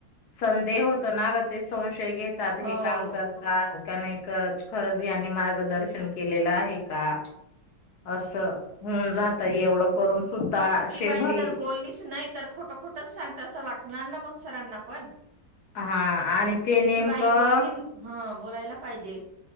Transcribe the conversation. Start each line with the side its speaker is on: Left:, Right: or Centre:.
Left: संदेह होतो ना गं ते स शय घेतात हे
Right: हो.
Left: काम करतात. का नाही करत. खरंच यांनी मार्गदर्शन केलेलं आहे का. असं होऊन जात एवढं करून सुद्धा
Right: बघ
Left: शेवटी
Right: ती बाई जर बोललीच नाही, तर खोटं खोटंच सांगता असं वाटणार ना मग. सरांना पण.
Left: हा आणि ते
Right: म्हणजे
Left: नेमकं
Right: ती बाई बोलणी हा बोलायला पाहिजे.